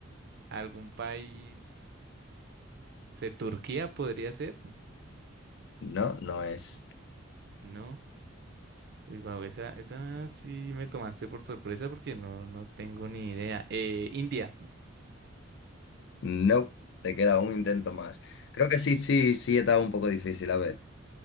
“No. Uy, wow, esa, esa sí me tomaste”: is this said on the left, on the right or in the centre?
Right